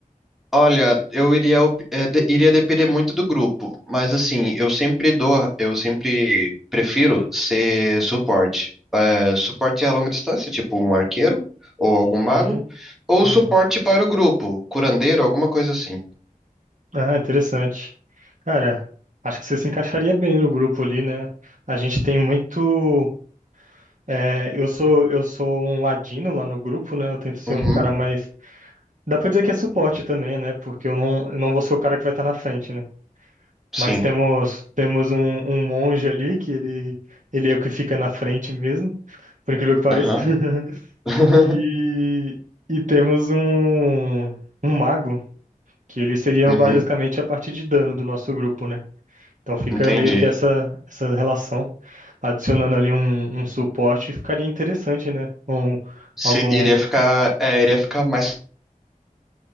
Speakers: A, in the centre; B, on the right (about 60°).
A: Olha, eu iria, op- é, de- iria depender muito do grupo, mas assim, eu sempre dou, eu sempre prefiro ser suporte. É, suporte a longa distância, tipo um arqueiro ou algum mago,
B: Sim.
A: ou
B: Uhum.
A: suporte para o grupo, curandeiro, alguma coisa assim.
B: Ah, interessante. Cara, acho que você se encaixaria bem no grupo ali, né? A gente tem muito. é, eu sou eu sou um ladino lá no grupo, né? Eu tento ser
A: Uhum,
B: um cara mais. Dá pra dizer que é suporte também, né? Porque eu não, eu não vou ser o cara que vai estar na frente, né?
A: sim.
B: Mas temos temos um, um monge ali que ele ele é o que fica na frente mesmo, por incrível que pareça.
A: Aham.
B: <laughs>
A: <laughs>
B: E, e temos um um mago. Que eles seriam
A: Uhum,
B: basicamente a parte de dano do nosso grupo, né? Então fica
A: entendi.
B: meio que essa, essa relação. Adicionando ali um, um suporte ficaria interessante, né? Um,
A: Se-
B: algum.
A: iria ficar, é, iria ficar mais,